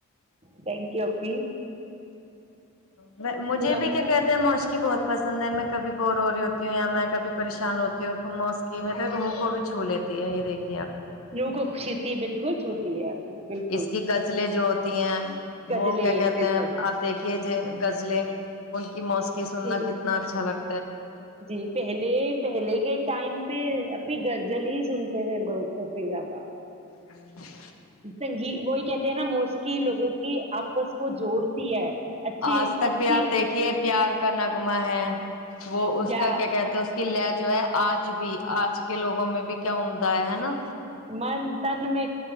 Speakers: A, on the right (about 30°); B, on the left (about 75°).
A: تھینک یوک جی
B: ہ مجھے
A: لوگوں
B: بھی کیا کہتے ہیں مش بہت پسند ہے میں کبھی بور ہو رہی ہوتی ہوں یا میں کبھی پریشان ہوتی ہوں موس کی مطلب روح کو بھی چھو لیتی ہے یہ دیکھ
A: لوگشت بالکل چھوتی ہے آپ کی بالکل
B: اس کی گزلیں جو ہوتی ہیں
A: غزلیں
B: وہ کیا کہتے
A: بالکل
B: ہیں آپ دیکھیے ج غزلیں ان کی موسیقی سننا
A: جی
B: کتنا اچھا چلک
A: جی پہلے پہلے کے ٹائم پہ انی گغزل ہی سنتے تھے لوگ سب کی جگہ
B: ہوں
A: سنگی وہی کہتے ہیں نا موسیقی لوگوں کی آپس کو جوڑتی ہے اچھی
B: آج تک
A: اچھی
B: بھی آپ دیکھیے پیار کا نغمہ ہے وہ اس
A: یا
B: کا کیا کہتے ہیں اس کی لگ جو ہے آج بھی آج کے لوگوں میں بھی کیا عمدہ ہے ہے نا
A: من تن میں